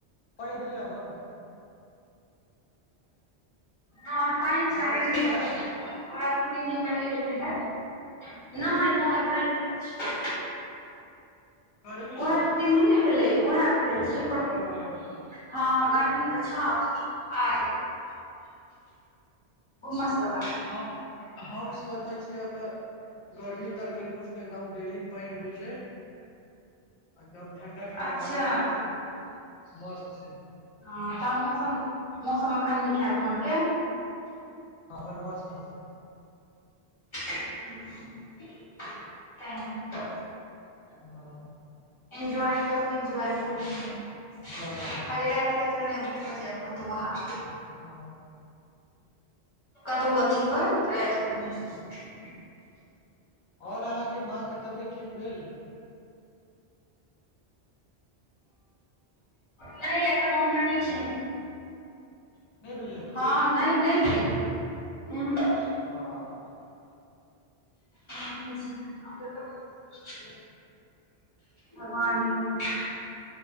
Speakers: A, on the left; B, on the left.
A: पहिदले होर <unintelligible>
B: अहाँ पेन चार
A: बारिश
B: दिन
A: भेलै
B: से बंद रखब ओरा दू तीन दिन पहिल जेहिये देखे ल <unintelligible> नहि नहि पैघ नहि होयत छै
A: गर्मी
B: उएह
A: अइ
B: दू तीन दिन ने भेलै उएह भेल छिए
A: हँ हँ
B: हँ गर्मी
A: ओ
B: तऽ छओ आइ उमसवला
A: हम हम स्वतः छियै एत गर्मी तरमी कुछ ने एकदम डेली पाइन होइ छै तब ठंडा ठंडा
B: अच्छा
A: हवा रहै छै मस्त छै
B: हँ तहन मौम मौसम एखन नीक हयत घरके
A: हमर मस्त चीज <unintelligible>
B: तेऽ <unintelligible>
A: हँ
B: एन्जॉय करूँ एन्जॉय फुल एन्जॉय
A: हँ
B: खाली रायत वायत क नहि उठक जा ओख तऽ आहा
A: <unintelligible>
B: कतहु अथी होय रात के नैए
A: ओर अहाँके माँ के तबियत ठीक भेल
B: नहि एखन ओनाहि
A: हेलो
B: छै
A: नहि भेलैए ठीक
B: हँ ने ने हे य
A: ह
B: <unintelligible>
A: किया <unintelligible>
B: भगवानके बनिया